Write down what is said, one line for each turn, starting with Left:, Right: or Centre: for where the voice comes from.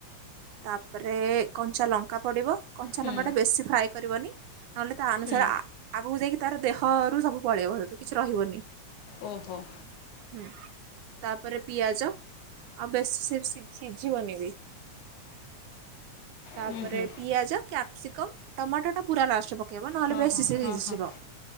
Right: ତାପରେ କଞ୍ଚାଲଙ୍କା ପଡିବ। କଞ୍ଚାଲଙ୍କାଟା
Left: ହୁଁ
Right: ବେଶୀ ଫ୍ରାଏ କରିବନି, ନହେଲେ ତା ଅନୁସାରେ
Left: ହୁଁ
Right: ଆ ଆଗକୁ ଯାଇକି ତାର ଦେହରୁୁ ସବୁ ପଳେଇବ କିଛି ରହିବନି।
Left: ଓ ହୋ।
Right: ହୁଁ। ତାପରେ ପିଆଜ ଆଉ ବେଶୀ ସି ସି ସିଝିବନିି ବି। ତାପରେ
Left: ହୁଁ ହୁଁ
Right: ପିଆଜ, କ୍ୟାପସିକମ, ଟମାଟଟା ପୁରା ଲାଷ୍ଟରେ ପ ପକେଇବ ନହେଲେ
Left: ହଁ
Right: ବେଶୀ
Left: ହଁ
Right: <unintelligible>
Left: ହଁ ହଁ
Right: ଯିବ।